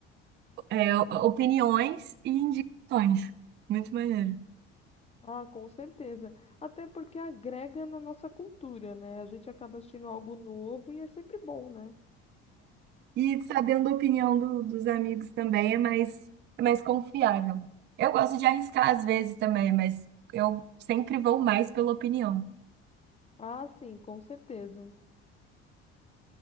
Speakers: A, on the right; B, on the left.
A: é, opiniões e indicações. Muito maneiro.
B: Ah, com certeza. Até porque agrega na nossa cultura, né? A gente acaba assistindo algo novo e é sempre bom, né?
A: E sabendo a opinião do- dos amigos também é mais, é mais confiável. Eu gosto de arriscar às vezes também, mas eu sempre vou mais pela opinião.
B: Ah, sim, com certeza.